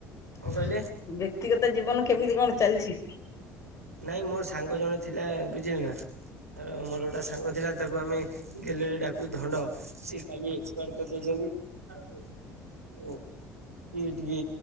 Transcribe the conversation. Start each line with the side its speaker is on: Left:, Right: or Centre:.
Right: କଣ
Left: ବ୍ୟକ୍ତିଗତ
Right: କହିଲେ
Left: ଜୀବନ କେମିତି କଣ ଚାଲିଛି?
Right: ନାଇଁ ମୋର ସାଙ୍ଗ ଜଣେ ଥିଲା ବୁଝିଲି ନା ତର ମୋର ଗୋଟେ ସାଙ୍ଗ ଥିଲା ତାକୁ ଆମେ ଗେଲେରେ ଡାକୁ ଧଣ୍ଡ ସେ କାଲି ଏକ୍ସପାଡ କରିଯାଇଛନ୍ତି। ଆଉ ଓ। ସିଏ ଟିକେ